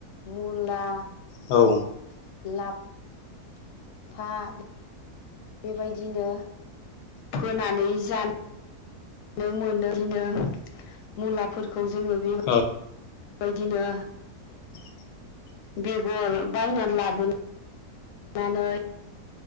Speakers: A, on the left; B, on the left.
A: मुला
B: औ
A: <unintelligible> <unintelligible> बेबायदिनो फोनानै जानो मोनो बिदिनो मुलाफोरखौ <unintelligible> जोङो <unintelligible>
B: औ
A: बेबायदिनो
B: <unintelligible>
A: बेगर बायनानै लाबोनो <unintelligible>